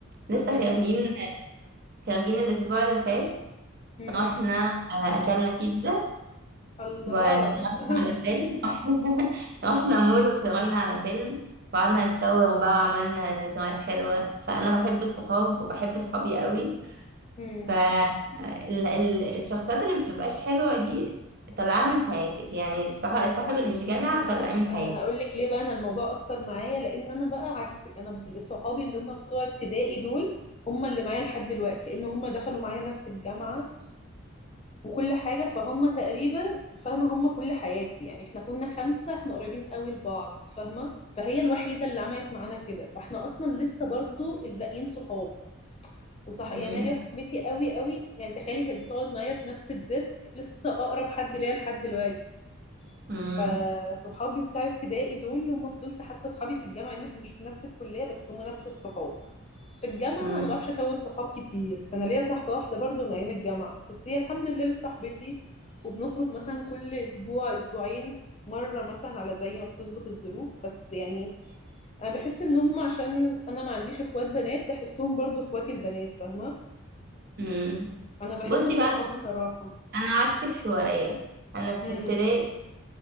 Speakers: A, on the right; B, on the left.
A: لسه
B: طب ده جميل
A: خارجين خارجين الاسبوع اللي فات
B: مم.
A: رحنا آه، اكلنا بيتزا
B: الله
A: واتفرجنا
B: <laughs>
A: على فيلم <laughs> رحنا رحنا مول واتفرجنا على فيلم وقعدنا نتصور بقى وعملنا ذكريات حلوة فأنا بحب الصحاب وبحب صحابي قوي
B: مم.
A: فالشخصيات اللي مبتبقاش حلوة دي طلعها من حياتك يعني الصح- الصاحب اللي مش جدع
B: انا
A: طلعيه من حياتك
B: انا هقول لك ليه بقى انا الموضوع اثر معايا لان انا بقى عكسك انا صحابي اللي هم بتوع ابتدائي دول هم اللي معايا لحد دلوقتي لان هم دخلوا معايا نفس الجامعه وكل حاجه فهم تقريبا فاهمه هم كل حياتي يعني احنا كنا خمسه احنا قريبين قوي لبعض فاهمه فهي الوحيده اللي عملت معانا كده فاحنا اصلا لسه برضو الباقيين صحاب وصح
A: مم.
B: يعني أنا ليا صاحبتي قوي قوي يعني تخيلي كانت بتقعد معايا في نفس الديسك لسه اقرب حد ليا لحد دلوقتي
A: مم.
B: فصحابي بتاع ابتدائي دول هم فضلت حتى صحابي في الجامعه ان احنا مش في نفس الكليه بس هم نفس الصحاب في الجامعه
A: مم.
B: انا ما بعرفش اكون صحاب كتير فانا ليا صاحبه واحده برضو من ايام الجامعه بس هي الحمد لله لسه صاحبتي وبنخرج مثلا كل اسبوع اسبوعين مره مثلا على زي ما بتظبط الظروف بس يعني انا بحس ان هم عشان انا ما عنديش اخوات بنات بحسهم برضو اخواتي البنات فاهمه
A: مم.
B: انا بحب
A: بصي
B: الصحاب
A: بقى
B: بصراحه
A: انا عكسك شويه انا في
B: امم
A: ابتدائي